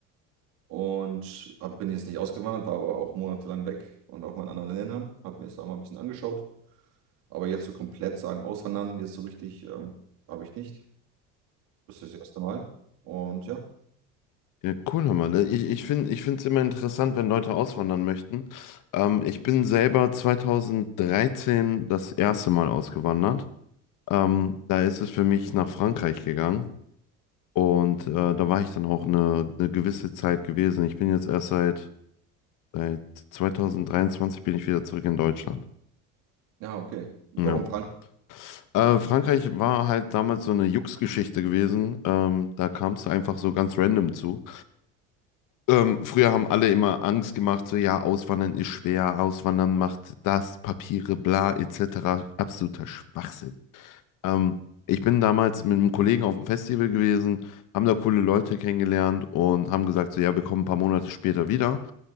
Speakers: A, on the right; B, on the left.
A: und hab, bin jetzt nicht ausgewandert, war aber auch monatelang weg und auch mal in anderen Ländern, habe mir das da mal ein bisschen angeschaut. Aber jetzt so komplett sagen, auswandern, jetzt so richtig, ähm, habe ich nicht. Das ist das erste Mal. Und ja,
B: Ja, cool, hör mal. Ich, ich finde, ich finde es immer interessant, wenn Leute auswandern möchten. Ähm, ich bin selber 2013 das erste Mal ausgewandert. Ähm, da ist es für mich nach Frankreich gegangen. Und äh, da war ich dann auch eine, eine gewisse Zeit gewesen. Ich bin jetzt erst seit Seit 2023 bin ich wieder zurück in Deutschland.
A: ja, okay. Warum
B: Ja.
A: Frankreich?
B: Äh, Frankreich war halt damals so eine Jux-Geschichte gewesen. Ähm, da kam es einfach so ganz random zu. Ähm, früher haben alle immer Angst gemacht, so ja, Auswandern ist schwer, Auswandern macht das, Papiere, bla, etc. Absoluter Schwachsinn. Ähm, ich bin damals mit einem Kollegen auf dem Festival gewesen, haben da coole Leute kennengelernt und haben gesagt, so ja, wir kommen ein paar Monate später wieder.